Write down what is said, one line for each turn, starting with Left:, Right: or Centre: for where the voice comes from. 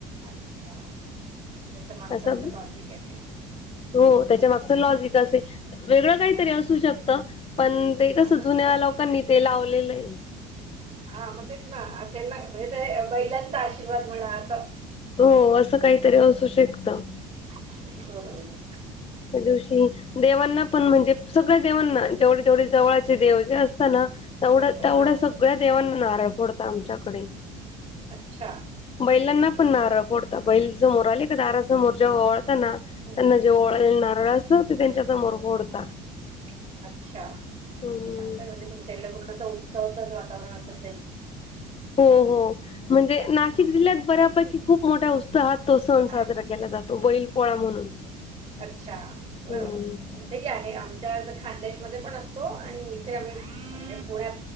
Right: अच्छा म्हणजे त्याच्या मागच
Left: असं
Right: अस लॉजिक आहे ते
Left: हो त्याच्या मागच लॉजिक असे वेगळं
Right: हा.
Left: काहीतरी असू शकतं पण ते कसं
Right: हा
Left: जुन्या
Right: असं
Left: लोकांनी ते लावलेलं आहे
Right: हा मग तेच ना असेल ना म्हणजे ते बैलांचा आशीर्वाद म्हणा असं
Left: हो असं काहीतरी असू शकतं
Right: बर
Left: त्या दिवशी देवांना पण म्हणजे सगळ्या देवांना जेवढे जेवढे जवळाचे देव जे असता ना तेवढं
Right: हा
Left: तेवढं
Right: हा
Left: सग गळ्या देवांना नारळ फोडता आमच्याकडे
Right: अच्छा.
Left: बैलांना
Right: म्हणजे
Left: पण नारळ फोडता बैल समोर आले का दारासमोर जे ओवाळताना
Right: हम्म
Left: त्यांना जे नारळ अस हो त्यांच्या समोर फोडता
Right: हम अच्छा
Left: हम्म
Right: चांगलं आहे म्हणजे तुमच्याकडे पूर्ण अस उत्सवाचंच वातावरण असल
Left: हो हो म्हणजे ना शिक जिल्ह्यात बऱ्यापैकी खूप मोठ्या उत्साहात तो सण
Right: आ,
Left: साजरा केला जातो बैल पोळा म्हणून
Right: अच्छा बर
Left: हम्म
Right: इथेही आहे आमच्या खान्देश मध्ये पण असतो आणि इथे आम्ही पुण्यात